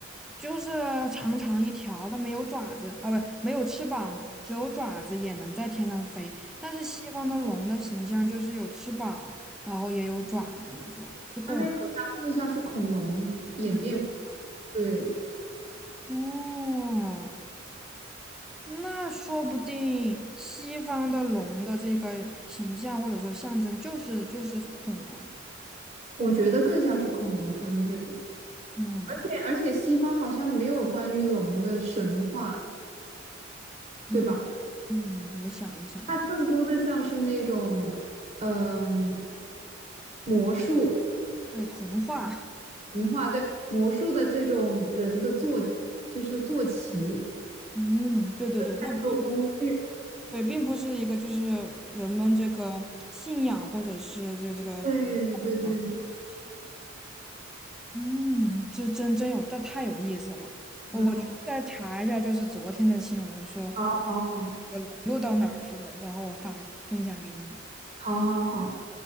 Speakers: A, in the centre; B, on the right.
A: 就是长长一条，它没有爪子啊，不，没有翅膀，只有爪子也能在天上飞。但是西方的龙的形象就是有翅膀，然后也有爪子那种，就跟我
B: 它那种像更像是恐龙演变出来的，
A: 们
B: 对。
A: 哦，那说不定西方的龙的这个形象或者说象征就是就是恐龙。
B: 我觉得更像是恐龙他们这个，
A: 嗯
B: 而且而且西方好像没有关于龙的神话，
A: 嗯
B: 对吧？
A: 嗯，我想一想啊，
B: 它更多的像是那种，嗯、魔术
A: 对，童话。<laughs>
B: 文化，对，魔术的这种人的坐，就是坐骑，
A: 嗯，对对对，它并
B: 战斗工具，
A: 对，并不是一个就是人们这个信仰或者是这个这个
B: 对对对，
A: 呃东西。嗯，这真真有，这太有意思了。
B: 真的好，
A: 我我去再查一下，就是昨天的新闻说，
B: 好，好，好，
A: 呃，龙又到哪儿去了，然后我发分享给你。
B: 好，好，好。